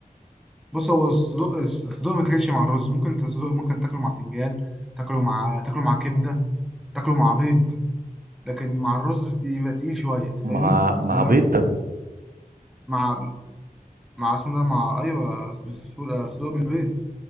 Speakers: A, in the centre; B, on the right.
A: بص هو الصدوق الصدوق ما تاكلش مع الرز ممكن انت الصدوق ممكن تاكله مع بتنجان تاكله مع تاكله مع كبده تاكله مع بيض لكن مع الرز يبقى تقيل شويه أنت فاهمني
B: مع مع
A: لانه
B: بيض
A: مع مع اسمه ده مع ايوه صدوق صدوق بالبيض